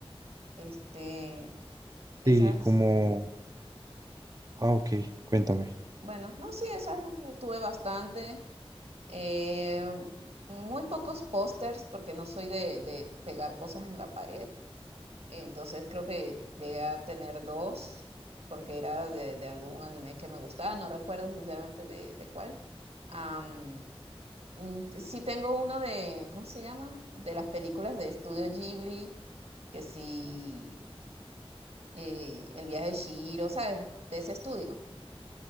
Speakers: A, on the right; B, on the right.
A: Este, esas.
B: Sí, como, ah, ok, cuéntame.
A: Bueno, no, sí, esas tuve bastante. Eh, muy pocos pósters porque no soy de, de pegar cosas en la pared Entonces creo que llegué a tener dos, porque era de, de algún anime que me gustaba, no recuerdo sinceramente de, de cuál. Am, mm, t- sí tengo uno de, ¿cómo se llama? De las películas de Estudio Ghibli, que sí, eh, El viaje de Chihiro, ¿sabes? De ese estudio